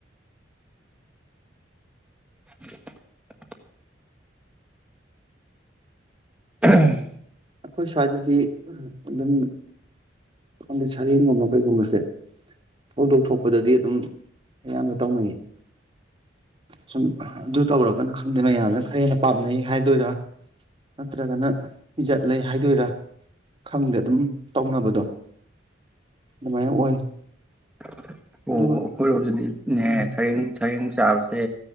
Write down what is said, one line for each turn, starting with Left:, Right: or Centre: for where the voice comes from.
Centre: <unintelligible> ꯎꯝ
Right: ꯑꯩꯈꯣꯏ ꯁ꯭ꯋꯥꯏꯗꯗꯤ ꯑꯗꯨꯝ ꯈꯪꯗꯦ ꯁꯔꯦꯡꯒꯨꯝꯕ ꯀꯩꯒꯨꯝꯕꯁꯦ ꯐꯧꯗꯣꯛ ꯊꯣꯛꯄꯗꯗꯤ ꯑꯗꯨꯝ ꯑꯌꯥꯝꯕ ꯇꯧꯅꯩ ꯁꯨꯝ ꯑꯗꯨ ꯇꯧꯔꯒꯅ ꯈꯪꯗꯦ ꯃꯌꯥꯝꯅ ꯈꯔ ꯍꯦꯟꯅ ꯄꯥꯝꯅꯩ ꯍꯥꯏꯗꯣꯏꯔꯥ ꯅꯠꯇ꯭ꯔꯒꯅ ꯏꯖꯠ ꯂꯩ ꯍꯥꯏꯗꯣꯏꯔꯥ ꯈꯪꯗꯦ ꯑꯗꯨꯝ ꯇꯧꯅꯕꯗꯣ ꯑꯗꯨꯃꯥꯏꯅ ꯑꯣꯏ
Centre: ꯑꯣ
Right: ꯑꯗꯨꯒ
Centre: ꯑꯩꯈꯣꯏꯔꯣꯖꯤꯗꯤꯅꯦ
Right: ꯎꯝ
Centre: ꯁꯌꯦꯦꯡ ꯁꯌꯦꯦꯡ ꯆꯥꯕꯁꯤ ꯁꯦ